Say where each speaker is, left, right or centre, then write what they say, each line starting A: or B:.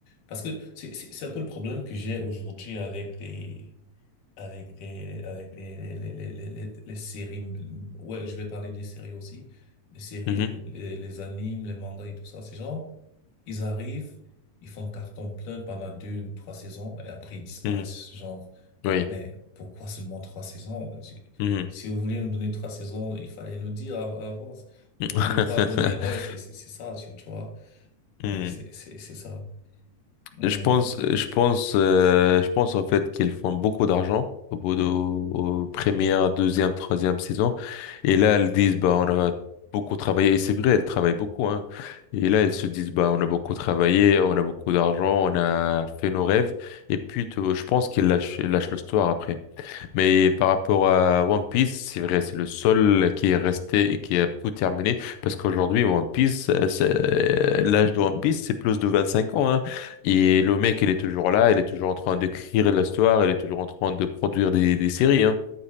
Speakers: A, on the left; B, on the left.
A: parce que c'est, c'est c'est un peu le problème que j'ai aujourd'hui avec les, avec les avec les les les les, les- les séries ouais je vais parler des séries aussi les séries
B: Mhm.
A: les, les- les animes les mangas et tout ça ces gens ils arrivent ils font carton plein pendant deux ou trois saisons et après ils disparaissent
B: Mhm.
A: genre
B: Oui.
A: mais pourquoi seulement trois saisons si
B: Mhm.
A: si vous vouliez nous donner trois saisons il fallait nous dire à, à l'avance
B: <laughs>
A: vous pouvez pas venir ouais c'est c'est c'est ça tu, tu vois
B: Hmm.
A: Et c'est c'est c'est ça Hmm.
B: Je pense, je pense, euh, je pense en fait qu'ils font beaucoup d'argent au bout de aux première, deuxième, troisième saison. Et là, elles disent, bah, on a beaucoup travaillé. Et c'est vrai, elles travaillent beaucoup, hein. Et là, elles se disent, bah, on a beaucoup travaillé, on a beaucoup d'argent, on a fait nos rêves. Et puis, tu- je pense qu'ils lâchent, ils lâchent le store après. Mais par rapport à One Piece, c'est vrai, c'est le seul qui est resté et qui a tout terminé. Parce qu'aujourd'hui, One Piece, euh, c'est- euh, l'âge de One Piece, c'est plus de 25 ans. hein. Et le mec, il est toujours là, il est toujours en train d'écrire l'histoire, il est toujours en train de produire des, des séries. hein.